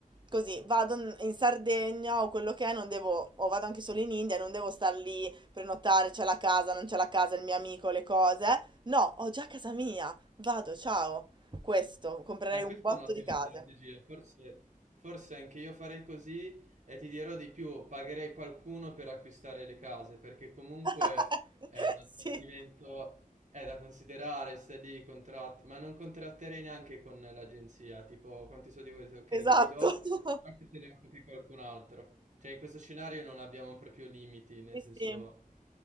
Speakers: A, on the right; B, on the right.
A: così vado in in Sardegna o quello che è, non devo, o vado anche solo in India, non devo star lì, prenotare, c'è la casa, non c'è la casa, il mio amico, le cose. No, ho già casa mia, vado, ciao. Questo, comprerei
B: Eh,
A: un
B: questa
A: botto
B: è un'ottima
A: di case.
B: strategia, forse, forse anche io farei così e ti dirò di più, pagherei qualcuno per acquistare le case, perché comunque
A: <laughs>
B: è un sbattimento,
A: Sì,
B: è da considerare, stai lì, contratti, ma non contratterei neanche con l'agenzia, tipo quanti soldi volete, ok,
A: esatto.
B: ve li do,
A: <laughs>
B: anche se ne occupi qualcun altro. Cioè in questo scenario non abbiamo proprio limiti, nel
A: Sì,
B: senso
A: sì.